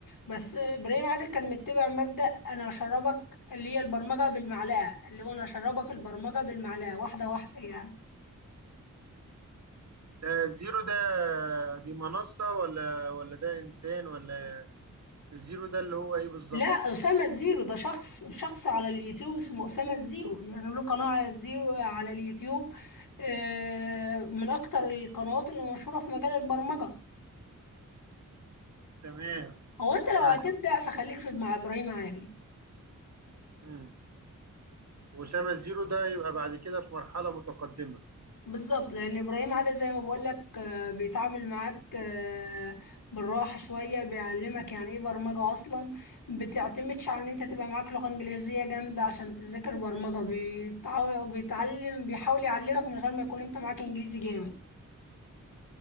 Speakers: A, on the left (about 80°); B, on the right (about 55°).
A: بس ابراهيم عادل كان متبع مبدأ انا اشربك اللي هي البرمجه بالمعلقه اللي هو انا اشربك البرمجه بالمعلقه واحده واحده يعني
B: ده زيرو ده دي منصه ولا ولا ده انسان ولا الزيرو ده اللي هو ايه بالظبط
A: لا أسامة الزيرو ده شخص شخص على اليوتيوب اسمه أسامة الزيرو يعني له قناة على الزيرو على اليوتيوب آه، من أكتر القنوات اللي مشهورة في مجال البرمجة
B: تمام
A: هو أنت لو
B: يعني
A: هتبدأ فخليك في مع إبراهيم عادل
B: مم. وأسامة الزيرو ده يبقى بعد كده في مرحله متقدمه
A: بالظبط لأن إبراهيم عادل زي ما بقول لك آه، بيتعامل معاك آه، بالراحة شوية بيعلمك يعني إيه برمجة أصلا بتعتمدش على إن أنت تبقى معاك لغة إنجليزية جامدة عشان تذاكر برمجة بيتعا- بيتعلم بيحاول يعلمك من غير ما يكون أنت معاك إنجليزي جامد